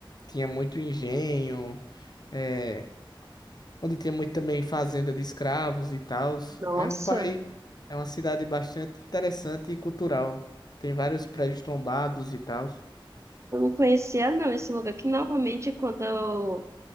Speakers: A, on the left; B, on the right.
A: tinha muito engenho, é, onde tinha muito também fazenda de escravos e tal.
B: Nossa,
A: É um país, é uma cidade bastante interessante e cultural. Tem vários prédios tombados e tal.
B: eu não conhecia não esse lugar, que normalmente quando eu,